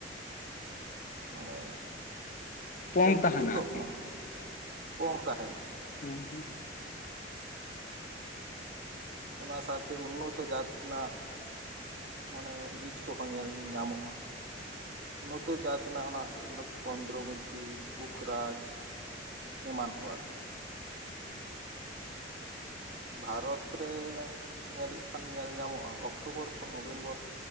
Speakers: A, on the right; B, on the left.
A: ᱢᱟᱱᱮ
B: ᱯᱚᱝ
A: ᱚᱝᱠᱩᱨᱤᱛᱚᱜ
B: ᱛᱟᱦᱮᱱᱟ ᱟᱨᱠᱤ
A: ᱢᱟ ᱯᱚᱝ ᱛᱟᱦᱮᱱ ᱢᱟ᱾
B: ᱦᱩᱸ
A: ᱚᱱᱟ ᱥᱟᱶᱛᱮ ᱩᱱᱱᱚᱛᱚ ᱡᱟᱛ ᱨᱮᱱᱟᱜ ᱢᱟᱱᱮ ᱵᱤᱪ ᱠᱚᱦᱚᱸ ᱧᱮᱞ ᱧᱟᱢᱚᱜᱼᱟ᱾ ᱩᱱᱱᱚᱛᱚ ᱡᱟᱛ ᱨᱮᱱᱟᱜ ᱚᱱᱟ ᱪᱚᱱᱫᱨᱚᱢᱩᱠᱷᱤ ᱯᱩᱠᱷᱨᱟᱡᱽ ᱮᱢᱟᱱ ᱠᱚ ᱟᱨᱠᱤ᱾ ᱵᱷᱟᱨᱚᱛ ᱨᱮ ᱧᱮᱞᱮᱫ ᱠᱷᱟᱱ ᱧᱮᱞ ᱧᱟᱢᱚᱜᱼᱟ ᱚᱠᱴᱳᱵᱚᱨ ᱠᱷᱚᱱ ᱱᱚᱵᱷᱮᱢᱵᱚᱨ